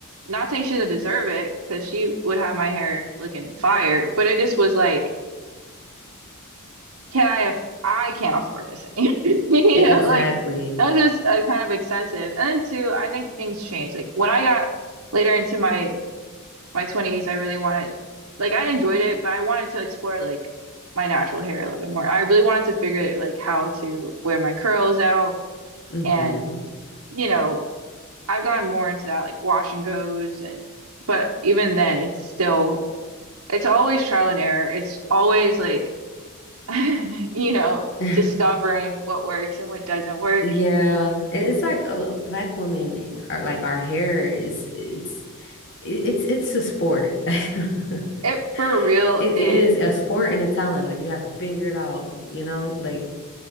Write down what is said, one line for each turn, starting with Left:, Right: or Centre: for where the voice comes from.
Right: not saying she doesn't deserve it because she would have my hair looking fire, but it just was like, can I aff I can't afford this anymore. <laughs> You
Left: E-
Right: know,
Left: Exactly.
Right: like that was just uh, kind of excessive. And then two, I think things changed. Like when I got later into my my 20s, I really wanted, like, I enjoyed it, but I wanted to explore, like, my natural hair a little bit more. I really wanted to figure, like, how to wear my curls out.
Left: hmm
Right: And, you know, I've gotten more into that, like, wash and goes. And, but even then, it's still, it's always trial and error. It's always, like, <laughs> you know,
Left: <laughs>
Right: discovering what works and what doesn't work.
Left: Yeah. It-
Right: So
Left: It's like uh, black women are like our hair is it's it- it's it's a sport. <laughs>
Right: it for real
Left: It
Right: is,
Left: is a sport and a talent. Like you have to figure it out, you know? Like